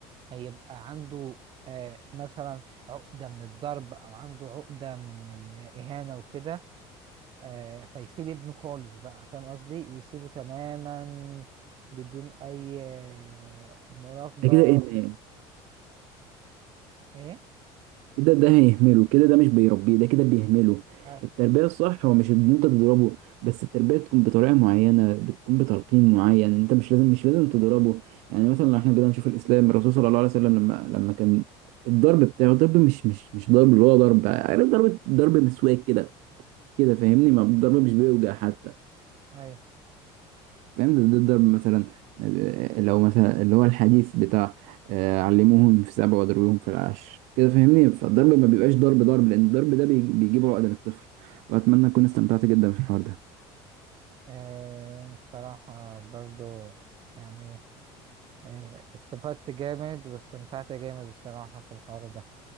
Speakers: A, on the right; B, on the right.
A: هيبقى عنده آه مثلا عقده من الضرب او عنده عقده من الاهانه وكده آه فيسيب ابنه خالص بقى فاهم قصدي يسيبه تماما بدون اي آه، مراقبه
B: ده كده إيه
A: ايه
B: كده ده هيهمله كده ده مش بيربيه ده كده بيهمله
A: ايوه
B: التربية الصح هو مش ان انت تضربه بس التربية تكون بطريقة معينة بتكون بتلقين معين انت مش لازم مش لازم تضربه يعني مثلا لو احنا كده نشوف الاسلام الرسول صلى الله عليه وسلم لما لما كان الضرب بتاعه ضرب مش مش مش ضرب اللي هو ضرب عارف ضرب ضرب مسواك كده كده فاهمني ما الضرب مش بيوجع حتى
A: ايوه
B: فاهم ده ده الضرب مثلا آه، لو مثلا اللي هو الحديث بتاع آه، علموهم في سبع وضربوهم في العشر كده فاهمني فالضرب ما بيبقاش ضرب ضرب لان الضرب ده بيج- بيجيب عقدة للطفل واتمنى اكون استمتعت جدا في الحوار ده ان
A: آه بصراحه برضو يعني آه، استفدت جامد واستمتعت جامد بصراحة في الحوار ده